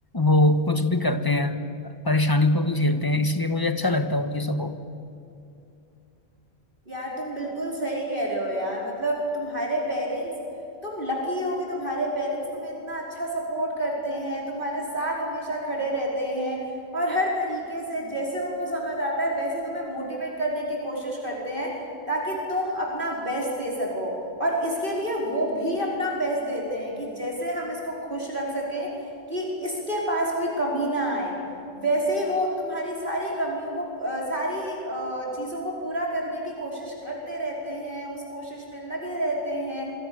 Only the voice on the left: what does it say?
वो कुछ भी करते हैं परेशानी को भी झेलते हैं इसलिए मुझे अच्छा लगता है उनकी सपोर्ट